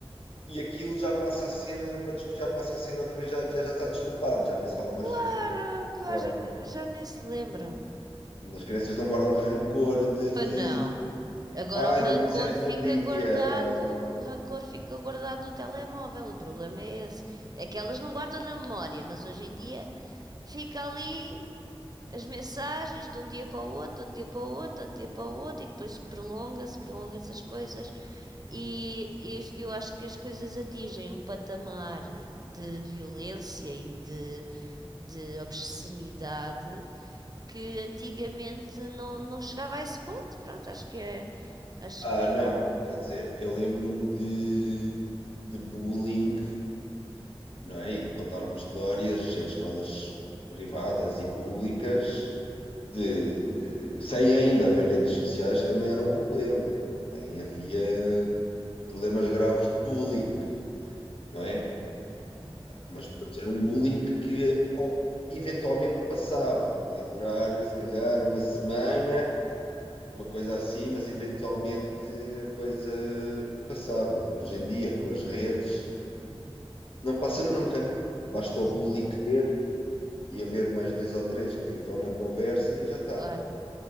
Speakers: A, on the left; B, on the right.
A: E aquilo já passa a ser uma, dis- já passa a ser outra vez, já, já, já está desculpado, já nem se fala mais
B: Claro,
A: daquilo.
B: claro,
A: Pronto.
B: já, ne- já nem se lembram.
A: As crianças não guardam rancor de,
B: Pois
A: de
B: não. Agora
A: ah,
B: o rancor
A: não me disseste
B: fica
A: bom dia,
B: guardado,
A: ou não.
B: o rancor fica guardado no telemóvel. O problema é esse. É que elas não guardam na memória, mas hoje em dia fica ali as mensagens de um dia para o outro, de outro dia para o outro, de outro dia para o outro, e depois prolonga-se, prolongam-se as coisas. E, e isto- eu acho que as coisas atingem um patamar de violência e de, de obscenidade que antigamente não, não chegava a esse ponto. Pronto, acho que é. Acho
A: Ah,
B: que.
A: não. Quer dizer, eu lembro-me de, de bullying, não é? E Contaram-me histórias em escolas privadas e públicas,
B: Uhum,
A: de, eh, sem ainda haver redes sociais, que também era um problema. Também havia problemas graves de bullying não é?
B: uhum,
A: Mas portanto, era um bullying que ao- eventualmente passava. Podia durar, se calhar, uma semana, uma coisa assim, mas eventualmente a coisa passava. Hoje em dia, com as redes,
B: uhum,
A: não passa nunca. Basta
B: exato.
A: o bully querer e haver mais dois ou três que vão na conversa e já está.
B: Claro,